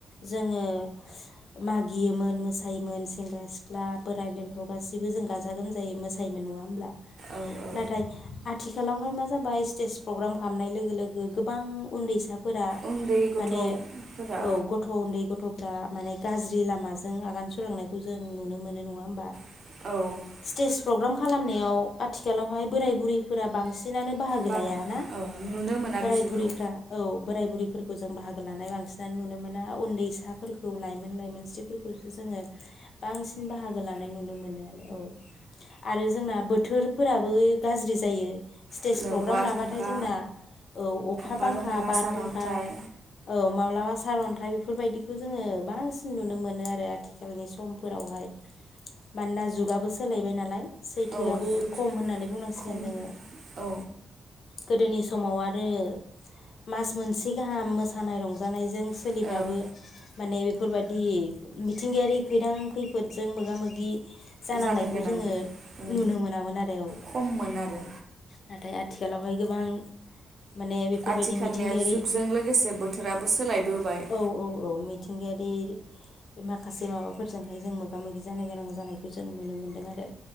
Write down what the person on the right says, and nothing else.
औ औ
उन्दै गथ'फोरा
औ
बारा
औ नुनो मोना
बिसोरखौ
औ
बारहुंखा
बारहुंखा
सारअन्थाइ
औ जुग
खम
औ
औ
जानो
गोनां
उम
खममोन आरो
आथिखालनिया
जुगजों लोगोसे बोथोराबो सोलायबोबाय।